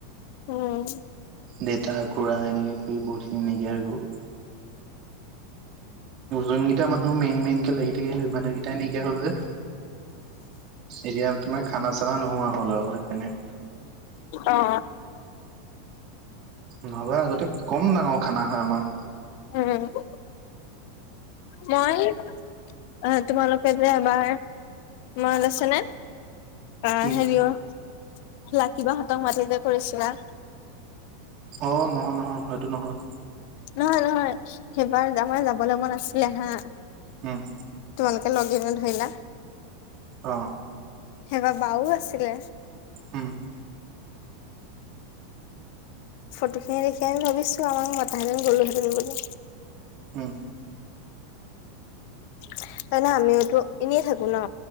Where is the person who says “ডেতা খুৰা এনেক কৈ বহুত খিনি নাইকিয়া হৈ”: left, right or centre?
Right